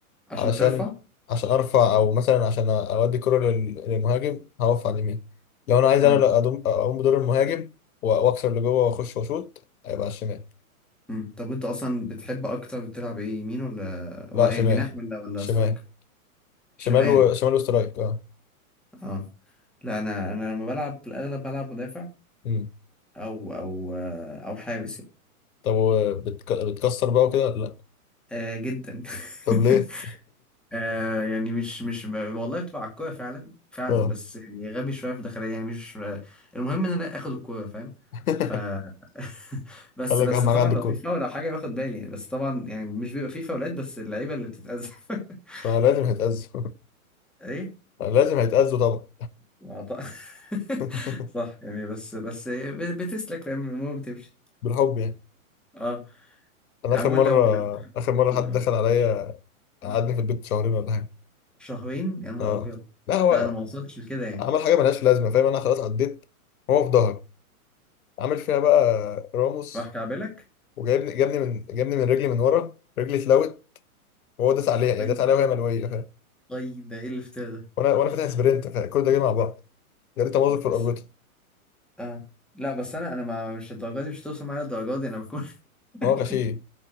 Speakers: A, in the centre; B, on the left.
A: عشان
B: علشان
A: ترفع
B: عشان ارفع او مثلا عشان اودي كرة لل- للمهاجم هقف على اليمين لو انا عايز
A: اه
B: انا لا أدوم- اقوم بدور المهاجم و- واكسر لجوه واخش واشوط هيبقى على الشمال
A: مم. طب انت اصلا بتحب اكتر تلعب ايه يمين ولا
B: لا
A: ولا
B: شمال
A: جناح ولا ولا
B: شمال
A: سترايكر شمال
B: شمال وشمال وسترايك اه
A: اه لا انا انا لما بلعب في الاغلب بلعب مدافع
B: امم
A: او او آه، او حارس يعني.
B: طب و- بتك... بتكسر بقى وكده لا
A: آه جدا
B: طب ليه
A: <laughs> آه يعني مش مش والله بتبقى على الكوره فعلا فعلا
B: اه
A: بس يعني غبي شويه في داخليه يعني مش المهم ان انا اخد الكوره فاهم
B: <laughs>
A: ف <laughs> بس
B: قال لك
A: بس
B: اهم
A: طبعا
B: حاجه عندك
A: لو
B: كله
A: في فاول او حاجه باخد بالي يعني بس طبعا يعني مش بيبقى في فاولات بس اللعيبه اللي بتتأذى <laughs>
B: ما لازم هيتأذوا
A: ايه
B: <laughs> لازم هيتأذوا طبعا
A: ما ط- <laughs>
B: <laughs>
A: صح يعني بس بس ب- بتسلك فاهم المهم بتمشي
B: بالحب يعني
A: اه
B: انا
A: عموما
B: اخر مره
A: لو
B: اخر مره
A: لو
B: حد
A: لو-
B: دخل عليا قعدني
A: آه.
B: في البيت شهرين ولا حاجه
A: شهرين يا نهار
B: اه
A: ابيض
B: لا هو
A: لا انا ما وصلتش لكده يعني
B: عمل حاجه ملهاش لازمه فاهم انا خلاص عديت هو في ظهري عامل فيها بقى راموس
A: راح كعبلك
B: وجايبني جابني من جابني من رجلي من ورا رجلي اتلوت وهو داس عليها يعني
A: طيب
B: داس عليها وهي ملويه فاهم
A: طيب ده ايه الافتراء ده
B: وانا وانا فاتح سبرنت فكل ده جاي مع بعض جالي تمازق
A: بس
B: في الاربطه
A: اه لا بس انا انا ما مش الدرجات دي مش هتوصل معايا الدرجات دي انا بكون <laughs>
B: وهو غشيم